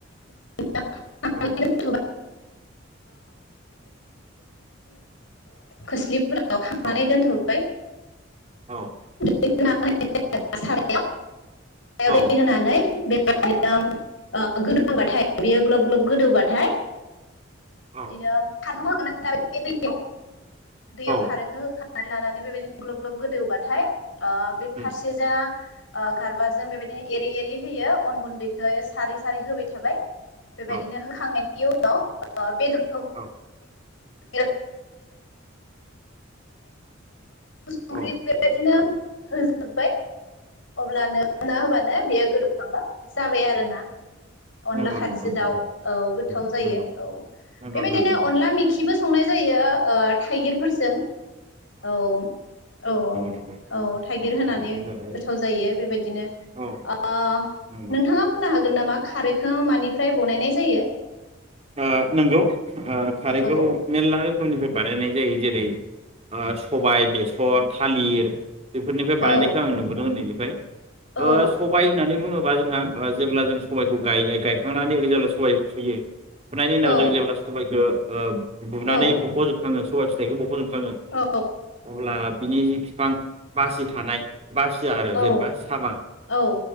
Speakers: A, on the left (about 75°); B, on the right (about 30°).
A: <unintelligible> <unintelligible>
B: औ
A: खोसलि फोराव खांनानै
B: औ
A: दैनथ'बाय
B: औ।
A: <unintelligible> सारायाव
B: औ
A: दै होनानै <unintelligible> ओ गोदौबाथाय बेयो ग्लब ग्लब गोदौबाथाय
B: औ
A: बिदिनो खा <unintelligible> दैयाव
B: औ
A: खारैखौ होखा संनानै लानानै बेबायदिनो ग्लब ग्लब गोदौबाथाय ओ बे
B: उम
A: फारसेजा ओ गारबाजों बेबायदिनो एरै एरै होयो अन गुन्दैखौ सारै सारै होबाय थाबाय। बेबायदिनो
B: औ
A: होखांनायनि उनाव ओ बेदर
B: औ।
A: <unintelligible> <unintelligible> <unintelligible> संख्रि
B: औ
A: बेबादिनो होजबाय। अब्ला नों होबानो नों बेयो गोदौखांगा जाबाय आरोना। अनला
B: नंगौ
A: खारैजो
B: नंगौ नोंथां
A: दाउ
B: नंगौ
A: औ गोथाव जायो।
B: नंगौ नंगौ
A: बेबायदिनो
B: नोंथां नंगौ
A: अनला मेखिबो संनाय जायो ओ थाइगिरफोरजों औ औ औ
B: नंगौ
A: औ थाइगिर होनानै
B: थालिरनि जायो
A: गोथाव जायो बेबायदिनो
B: औ
A: ओ
B: नंगौ।
A: नोंथाङा बुंनो हागोन नामा? खारैखौ मानिफ्राय बानायनाय जायो
B: नंगौ खारैखौ
A: औ
B: मेरला रोखोमनिफ्राय बानायनाय जायो जेरै सबाय बेसर थालिर बेफोरनिफ्राय बानायनायखौ
A: औ
B: आं नुबोदोंमोन नै ब
A: औ
B: <unintelligible> ओ सबाय होननानै बे बुङोबा जोंहा जेब्ला जों सबाइखौ गाय गायखांनानै जेब्ला सबाइ फुयो फुनायनि उनाव
A: औ
B: जों जेब्ला सबाइखौ ओ बुनानै
A: औ
B: बुख'जोबखाङो सबाय फिथायखौ
A: औ
B: अब्ला बिनि जि बिफां बासि थानाय बासिया आरो जेनेबा
A: औ
B: सामा
A: औ